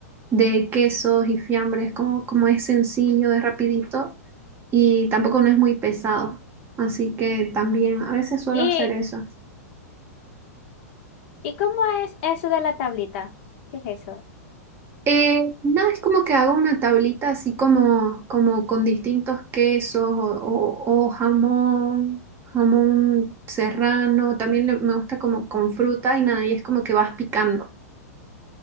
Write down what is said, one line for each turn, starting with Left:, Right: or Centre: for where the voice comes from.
Right: de quesos y fiambres, como, como es sencillo, es rapidito y tampoco no es muy pesado. Así que también a veces suelo
Left: ¿Y,
Right: hacer eso.
Left: y cómo es eso de la tablita? ¿Qué es eso?
Right: Eh, no, es como que hago una tablita así como, como con distintos quesos o, o- o jamón, jamón serrano, también le- me gusta como con fruta y nada, y es como que vas picando.